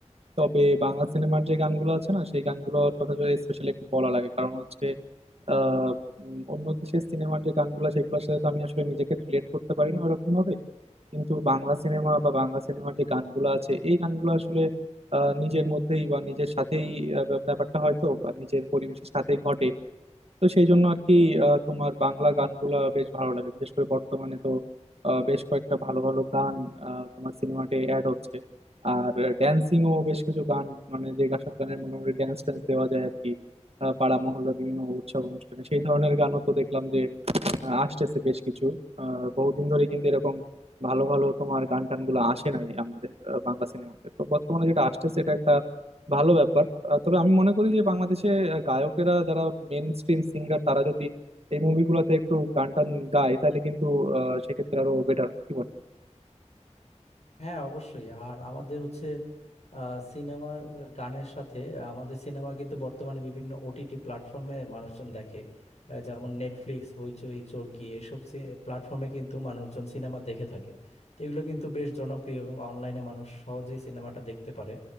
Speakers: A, on the right; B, on the left.
A: তবে বাংলা সিনেমার যে গানগুলো আছে না সেই গানগুলোর কথা যদি স্পেশালি একটু বলা লাগে কারণ হচ্ছে আহ উম, অন্য দেশের সিনেমার যে গানগুলো সেগুলোর সাথে তো আমি আসলে নিজেকে রিলেট করতে পারি না ওরকম ভাবে কিন্তু বাংলা সিনেমা বা বাংলা সিনেমার যে গানগুলো আছে এই গানগুলো আসলে আহ, নিজের মধ্যেই বা নিজের সাথেই আহ, ব্যাপারটা হয়তো বা নিজের পরিবেশের সাথেই ঘটে তো সেই জন্য আর কি আহ, তোমার বাংলা গানগুলা বেশ ভালো লাগে বিশেষ করে বর্তমানে তো আহ, বেশ কয়েকটা ভালো ভালো গান আহ, তোমার সিনেমাতে অ্যাড হচ্ছে আর ড্যান্সিংও বেশ কিছু গান মানে যে সব গানের মোটামুটি ড্যান্স ট্যান্স দেওয়া যায় আর কি আহ, পাড়া মহল্লা বিভিন্ন উৎসব অনুষ্ঠানে সেই ধরনের গানও তো দেখলাম যে আহ, আসতেছে বেশ কিছু আহ, বহুদিন ধরে কিন্তু এরকম ভালো ভালো তোমার গান টান গুলো আসে নাই আমাদের আহ, বাংলা সিনেমাতে তো বর্তমানে যেটা আসতেছে এটা একটা ভালো ব্যাপার আহ, তবে আমি মনে করি যে বাংলাদেশে আহ, গায়কেরা যারা মেন স্ট্রিম সিঙ্গার তারা যদি এই মুভিগুলোতে একটু গান টান গায় তাহলে কিন্তু আহ, সেক্ষেত্রে আরো বেটার কি বল
B: হ্যাঁ অবশ্যই আর আমাদের হচ্ছে আহ, সিনেমার আহ, গানের সাথে আমাদের সিনেমা কিন্তু বর্তমানে বিভিন্ন ওটিটি প্ল্যাটফর্মে মানুষজন দেখে আহ, যেমন নেটফ্লিক্স হইচই চরকি এসব প্ল্যাটফর্মে কিন্তু মানুষজন সিনেমা দেখে থাকে তো এগুলো কিন্তু বেশ জনপ্রিয় এবং অনলাইনে মানুষ সহজেই সিনেমাটা দেখতে পারে